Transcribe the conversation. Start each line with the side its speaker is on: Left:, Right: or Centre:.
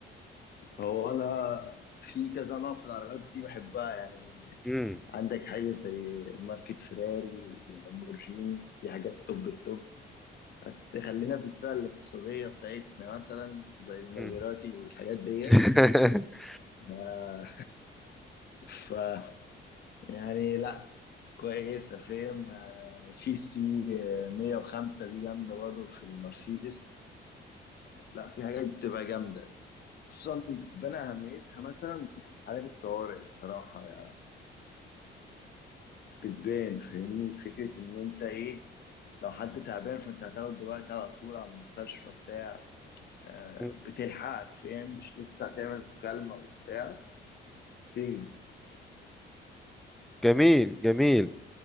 Left: هو انا في كذا نوع في العربيات دي بحبها يعني
Centre: امم
Left: عندك حاجه زي ماركه فيراري واللامبورجيني دي حاجات توب التوب بس خلينا في الفئه الاقتصاديه بتاعتنا مثلا زي المازيراتي
Centre: أمم.
Left: والحاجات ديت
Centre: <laughs>
Left: آه، ف يعني لا كويسة فاهم آه، في سي 105 دي جامدة برضه في المرسيدس لا في حاجات بتبقى جامدة خصوصا بتبان أهميتها مثلا في حالات الطوارئ الصراحة يعني بتبان فاهمني فكرة إن أنت إيه لو حد تعبان فأنت هتاخد دلوقتي على طول على المستشفى بتاع آه،
Centre: مم.
Left: بتلحقك فاهم مش لسه هتعمل مكالمة وبتاع بتنجز
Centre: جميل جميل